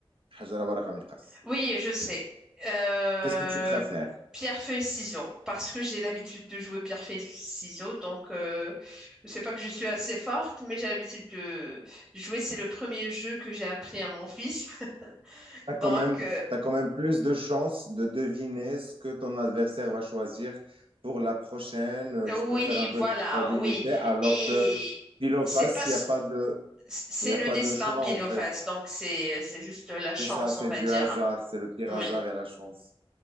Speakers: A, on the right (about 65°); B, in the centre.
A: Hajara, waraka, miqas.
B: Oui, je sais. Euh,
A: Qu'est-ce que tu préfères?
B: pierre, feuille, ciseaux. Parce que j'ai l'habitude de jouer pierre, feuille, ciseaux. Donc, euh, c'est pas que je suis assez forte, mais j'ai l'habitude de, de jouer. C'est le premier jeu que j'ai appris à mon fils. <laughs> Donc,
A: T'as quand même,
B: euh,
A: t'as quand même plus de chances de deviner ce que ton adversaire va choisir pour la prochaine. Euh,
B: oui,
A: Tu peux faire un
B: voilà,
A: peu de probabilité,
B: oui.
A: alors
B: Et
A: que pile ou
B: c'est
A: face,
B: pas, s-
A: il n'y a pas de,
B: c'est
A: il n'y a
B: le
A: pas
B: destin
A: de choix,
B: pile
A: en fait.
B: ou face. Donc, c'est, c'est juste la chance,
A: C'est ça, c'est
B: on va
A: du
B: dire.
A: hasard, c'est le pire
B: Oui.
A: hasard et la chance.